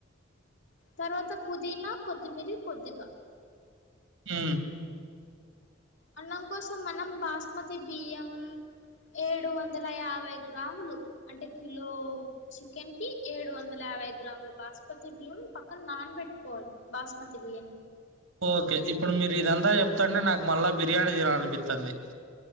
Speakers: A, on the left (about 65°); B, on the right (about 80°).
A: తర్వాత పుదీనా కొత్తిమీర కొద్దిగా
B: ఉ
A: అన్నం కోసం మనం బాస్మతి బియ్యం ఏడు వందల యాభై గ్రాములు అంటే కిలో చికెన్ కి ఏడు వందల యా వై గ్రాములు బాస్మతి బియం పక్కన నాన్ వెెట్కోల్ కోవాలి బాస్మతి బియం
B: ఓకే ఇప్పుడు మీరు ఇదంతా చెప్తండి నాకు మళ్ళా బిర్యానీ తీనాలనిపితాంది